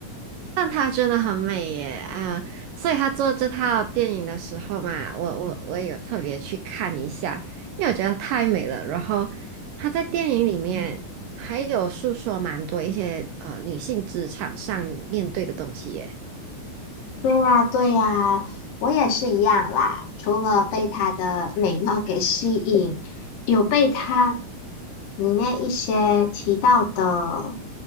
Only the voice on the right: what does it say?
但她真的很美耶，啊、所以她做这套电影的时候嘛，我我我也有特别去看一下，因为我觉得太美了。然后她在电影里面还有诉说蛮多一些呃女性职场上面对的东西耶。